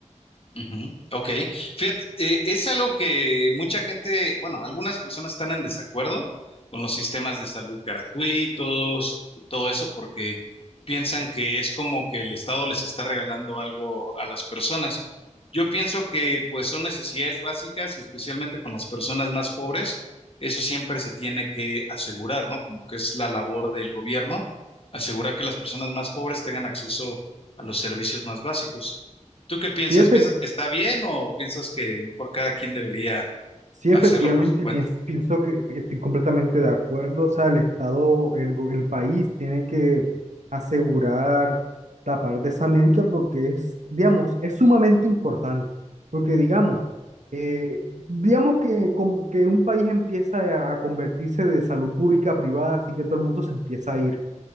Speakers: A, on the left; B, on the right.
A: Ujú, Ok, fíjate, eh, es algo que mucha gente, bueno, algunas personas están en desacuerdo con los sistemas de salud gratuitos, todo eso, porque piensan que es como que el Estado les está regalando algo a las personas. Yo pienso que pues son necesidades básicas y especialmente con las personas más pobres, eso siempre se tiene que asegurar, ¿no? Como que es la labor del gobierno, asegurar que las personas más pobres tengan acceso a los servicios más básicos. ¿Tú qué piensas?
B: Sí, efecti-
A: ¿Piensas que está bien o piensas que mejor cada quien debería
B: sí,
A: hacerlo
B: efectivamente,
A: por su cuenta?
B: piens- pienso, que estoy completamente de acuerdo. O sea, el Estado, el, go- el país tienen que asegurar la parte de esa médica porque es, digamos, es sumamente importante. Porque, digamos, eh, digamos que, com- que un país empieza a convertirse de salud pública a privada, así que todo el mundo se empieza a ir.